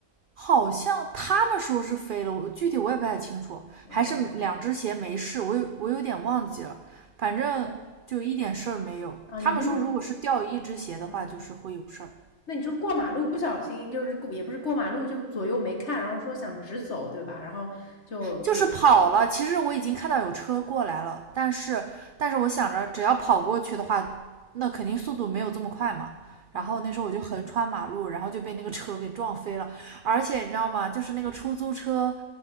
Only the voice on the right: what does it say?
好像他们说是飞了，我具体我也不太清楚，
还是两只鞋没事，我有我有点忘记了，反正就一点事儿没有。
他们说如果是掉一只鞋的话，
就是会有事儿。
就是跑了。其实我已经看到有车过来了，但是但是我想着只要跑过去的话，那肯定速度没有这么快嘛。
然后那时候我就横穿马路，然后就被那个车给撞飞了。而且你知道吗？就是那个出租车，